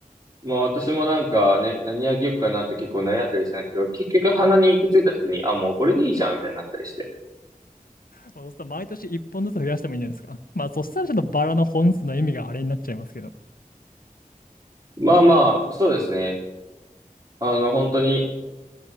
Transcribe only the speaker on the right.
まあ私もなんかね、何あげようかなって結構悩んだりしたんですけど、結局花に行き着いた時に、あ、もうこれでいいじゃん、みたいになったりして。
まあまあ、そうですね。あの、本当に、